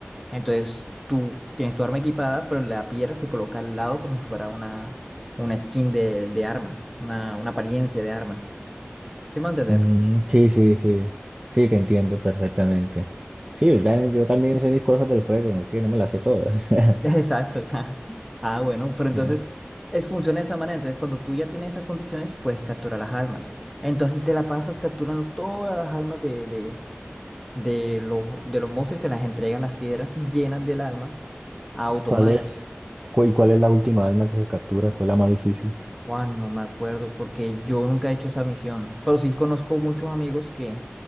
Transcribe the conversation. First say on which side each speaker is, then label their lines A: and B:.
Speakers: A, in the centre; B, on the right.
A: entonces tú tienes tu arma equipada, pero la piedra se coloca al lado como si fuera una, una skin de, de arma, una, una apariencia de arma. ¿Sí me va a entender?
B: Mm, sí, sí, sí, sí, te entiendo perfectamente. Sí, ¿verdad? Yo también sé mis cosas del juego, ¿no? Que no me las sé todas. <laughs>
A: <laughs> Exacto. <laughs> Ah, bueno, pero entonces
B: Sí.
A: es, funciona de esa manera. Entonces, cuando tú ya tienes esas condiciones, puedes capturar las almas. Entonces, si te la pasas capturando todas las almas de, de, de los, de los monstruos y se las entregas las piedras llenas del alma a Otomai.
B: ¿Cuál es? cu- ¿Y cuál es la última alma que se captura? ¿Cuál es la más difícil?
A: Juan, no me acuerdo porque yo nunca he hecho esa misión, pero sí conozco muchos amigos que,